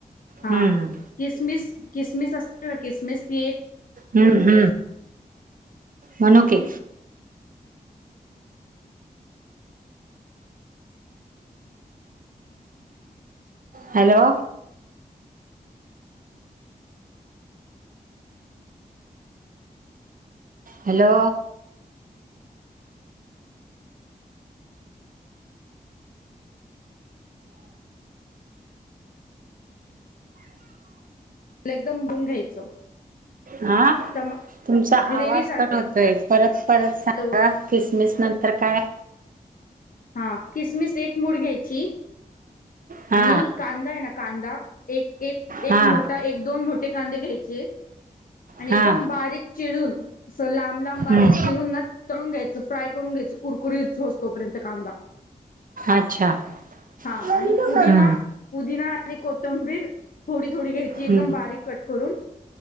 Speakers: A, on the left; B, on the right.
A: हा
B: हम्म
A: किसमिस किसमिस असत ना किसमिस ती एक
B: हम्म हम्म मनुके हॅलो हॅलो
A: लेगदम धुवून घ्यायचं
B: हा
A: टमा
B: तुमचा
A: ग्रेवी
B: आवाज
A: साठी
B: कट होतोय परत परत सांगा
A: हॅलो
B: किसमिस नंतर काय
A: हा किसमिस एक मूठ घ्यायची
B: हा
A: आणि कांदा आहे ना कांदा एक एक
B: हा
A: मोठा एक दोन मोठे कांदे घ्यायचे आणि
B: हा
A: एकदम बारीक चिरून लांब लांब
B: हम्म
A: बारीक चिरून ना तळून घ्यायचं फ्राय करून घ्यायचं कुरकुरीत होईस तोपर्यंत कांदा
B: अच्छा
A: हा
B: हम्म
A: आणि पुदिमा पुदिना आणि कोथिं तंबीर थोडी थोडी घ्यायची एकदम
B: हम्म
A: बारीक कट करून